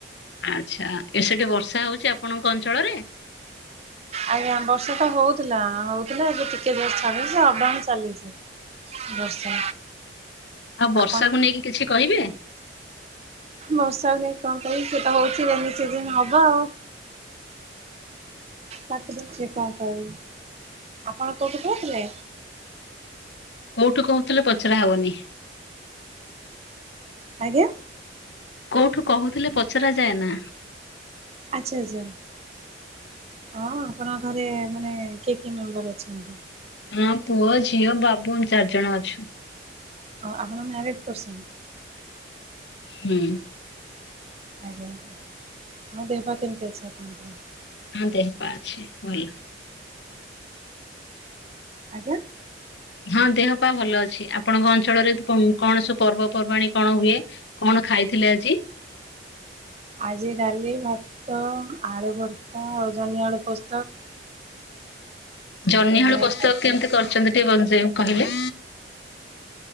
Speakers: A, on the left; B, on the right.
A: ଆଚ୍ଛା! ଏ ସେଠି ବର୍ଷା ହଉଛି ଆପଣଙ୍କ ଅଞ୍ଚଳରେ?
B: ଆଜ୍ଞା! ବର୍ଷା ତ ହଉଥିଲା ହଉଥିଲା ଏବେ ଟିକେ ଜୋର ଚାଲିଛି ଅପଡାଉନ ଚାଲିଛି। ବର୍ଷା
A: ଆଉ ବର୍ଷାକୁ
B: ଆପଣଙ୍କ
A: ନେଇକି କିଛି କହିବେ?
B: ବର୍ଷାକୁ ନେଇକି କଣ କହିବି ସେତ ହଉଛି ରେନି ସିଜିନ୍ ହବ ଆଉ ତାକୁ ଦେଛି କଣ କହିବି ଆପଣ କୋଉଠୁ କହୁଥିଲେ?
A: କୋଉଠୁ କହୁଥିଲେ ପଚରା ହବନି।
B: ଆଜ୍ଞା!
A: କୋଉଠୁ କହୁଥିଲେ ପଚରା ଯାଏ ନା।
B: ଆଚ୍ଛା! ଆଚ୍ଛା! ହଁ, ଆପଣଙ୍କ ଘରେ ମାନେ କିଏ କିଏ ମେମ୍ବର ଅଛନ୍ତି?
A: ମୋ ପୁଅ ଝିଅ ବାବୁନ୍ ଚାରିଜଣ ଅଛୁ।
B: ଓ ଆପଣ ମ୍ୟାରିଡ୍ ପର୍ସନ୍?
A: ହୁଁ।
B: ଆଜ୍ଞା, ଆଉ ଦେହ ପା କେମିତି ଅଛି ଆପଣଙ୍କର?
A: ହଁ ଦେହ ପା ଅଛି ଭଲ।
B: ଆଜ୍ଞା?
A: ହଁ, ଦେହ ପାା ଭଲ ଅଛି। ଆପଣଙ୍କ ଅଞ୍ଚଳରେ କ କଣ ସବୁ ପର୍ବପର୍ବାଣୀ କଣ ହୁଏ? କଣ ଖାଇଥିଲେ ଆଜି?
B: ଆଜି ଡାଲି ଭାତ ଆଳୁ ଭର୍ତ୍ତା ଆଉ ଜନିଆଳୁ ପୋସ୍ତକ।
A: ଜହ୍ନି
B: ଏଇଭଳିଆ
A: ଆଳୁ ପସ୍ତକ
B: ଖାଇଥିଲି।
A: କେମତି କରିଛନ୍ତି ଟିକେ ବଞ୍ଚେ କହିଲେ